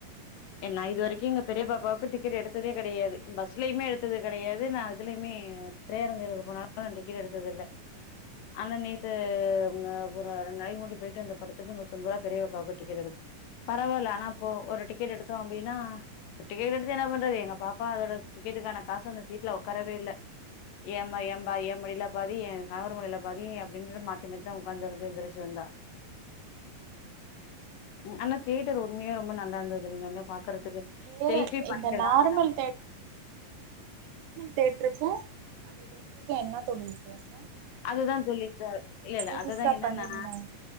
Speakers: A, on the left; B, on the right.
A: என்ன இது வரைக்கு எங்க பெரிய பாப்பாவுக்கு டிக் டிக்கெட் எடுத்ததே கெடையாது பஸ்லயுமே எடுத்தது கெடையாது நான் இதுலயுமே திரையரங்குகளுக்கு போனாலு டிக்கெட் எடுத்ததில்ல ஆனா நேத்து <unintelligible> போயிட்டு அந்த படத்துக்கு நூத்தம்பது ரூபா பெரிய பாப்பாக்கு டிக்கெட் எடுக் பரவால்ல ஆனா இப்போ ஒரு டிக்கெட் எடுத்தோ அப்டின்னா டிக்கெட் எடுத்து என்ன பண்றது எங்க பாப்பா அதோட டிக்கெட்டுக்கான காசு அந்த சீட்ல உக்காரவே இல்ல ஏம்மா ஏம்பா ஏம்பா ஏன் மடில பாதி ஏன் கணவர் மடில பாதி அப்டின்னு மாத்தி மாத்திதா உக்காந்தெந்திரிச்சு வந்தோ ம் அந்த தியேட்டர் உண்மையா ரொம்ப நல்லா இருந்தது இங்க இருந்து பா கடக்குது
B: வேற
A: செல்பி பாயிண்ட்
B: இந்த
A: எல்லா
B: நார்மல்
A: நல்லா
B: தியேட்ருக்கும் அந்த <unintelligible> வித்யாசோ
A: அதுதா சொல்லிருக்க இல்ல-இல்ல
B: புதுசா
A: அதுதா என்னன்னா
B: பண்ணிருந்தாங்க